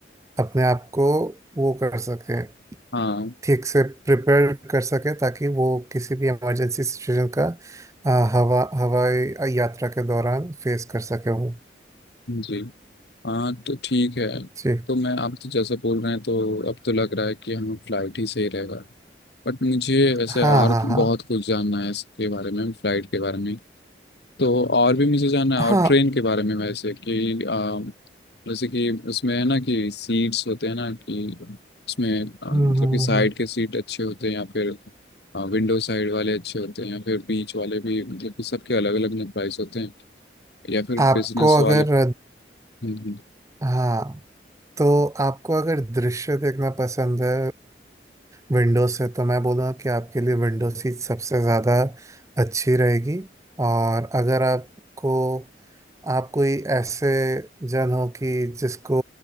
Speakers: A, on the right; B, on the left.
A: अपने आप को वो कर सके
B: हाँ
A: ठीक से प्रिपेयर कर सके ताकि वो किसी भी इमरजेंसी सिचुएशन का आ, हवा हवाई यात्रा के दौरान फेस कर सके वो
B: जी हाँ तो ठीक है
A: जी
B: तो मैं आप तो जैसे बोल रहे हैं तो अब तो लग रहा है कि हम फ्लाइट ही सही रहेगा बट मुझे ऐसे
A: हाँ
B: और
A: हाँ
B: बहुत
A: हाँ
B: कुछ जानना है इसके बारे में फ्लाइट के बारे में तो और भी मुझे जानना है
A: हाँ
B: और ट्रेन के बारे में वैसे कि आ, जैसे कि उसमें है ना कि सीट्स होते हैं ना कि उसमें आ,
A: हम्म,
B: मतलब
A: हम्म,
B: कि साइड
A: हम्म।
B: के सीट अच्छे होते हैं या फिर विंडो साइड वाले अच्छे होते हैं या फिर बीच वाले भी मतलब कि सबके अलग अलग प्राइस होते हैं या फिर
A: आपको
B: बिजनेस वाले
A: अगर
B: हम्म, हम्म,
A: हाँ तो आपको अगर दृश्य देखना पसंद है विंडो से तो मैं बोलूँगा कि आपके लिए विंडो सीट सबसे ज़्यादा अच्छी रहेगी और अगर आपको आप कोई ऐसे जन हो कि जिसको